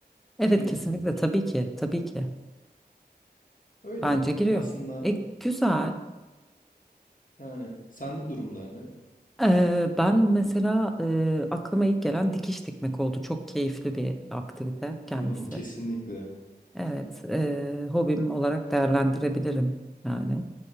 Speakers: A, in the centre; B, on the left.
A: Evet
B: Hobi
A: kesinlikle
B: mi bunlar?
A: tabii ki, tabii ki.
B: Öyle.
A: Bence giriyor.
B: Aslında
A: E, güzel.
B: yani sende durumlar ne?
A: Eee, ben mesela eee, aklıma ilk gelen dikiş dikmek oldu. Çok keyifli bir aktivite kendisi.
B: Hmm, kesinlikle.
A: Evet, eee, hobim olarak değerlendirebilirim yani.